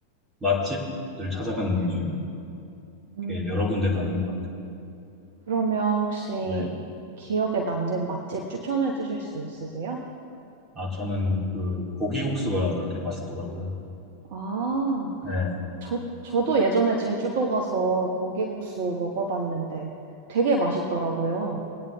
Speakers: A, on the right; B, on the right.
A: 맛집을 찾아가는 위주로
B: 음,
A: 이렇게 여러 군데 다닌 것 같아요.
B: 그러면 혹시
A: 네.
B: 기억에 남는 맛집 추천해 주실 수 있으세요?
A: 아, 저는 그 고기국수가 그렇게 맛있더라고요.
B: 아,
A: 네.
B: 저, 저도 예전에 제주도 가서 고기국수 먹어봤는데 되게 맛있더라고요.